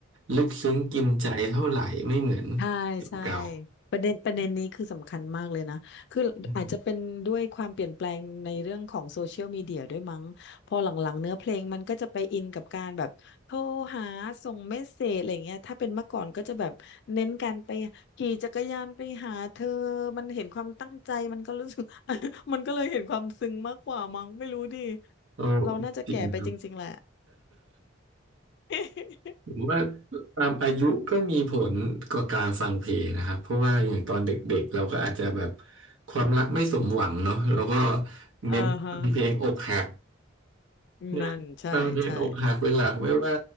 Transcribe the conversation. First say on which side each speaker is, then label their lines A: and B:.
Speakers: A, on the right (about 80°); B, on the left (about 60°).
A: ลึกซึ้งกินใจเท่าไหร่ไม่เหมือน
B: ใช่ใช่
A: เก่า
B: ประเด็นประเด็นนี้คือสำคัญมากเลยนะคืออาจจะเป็นด้วยความเปลี่ยนแปลงในเรื่องของโซเชียลมีเดียด้วยมั้งพอหลังๆเนื้อเพลงมันก็จะไปอินกับการแบบโทรหาส่งเมสเสจอะไรเงี้ยถ้าเป็นเมื่อก่อนก็จะแบบเน้นการไปขี่จักรยานไปหาเธอ
A: ๆอืม
B: มันเห็นความตั้งใจมันก็รู้สึก <laughs> มันก็เลยเห็นความซึ้งมากกว่ามั้งไม่รู้ดิ
A: โอ้
B: เราน่าจะแก่ไปจริงๆแหละ
A: จริงครับ
B: <laughs>
A: ผมว่าตามอายุก็มีผลกับการฟังเพลงนะครับเพราะว่าอย่างตอนเด็กๆเราก็อาจจะแบบความรักไม่สมหวังเนาะแล้วก็เน้นเพลงอกหัก
B: อ่าฮะ
A: นะฟังเพลงอกหักเป็นหลักไม่ว่า
B: นั่นใช่ใช่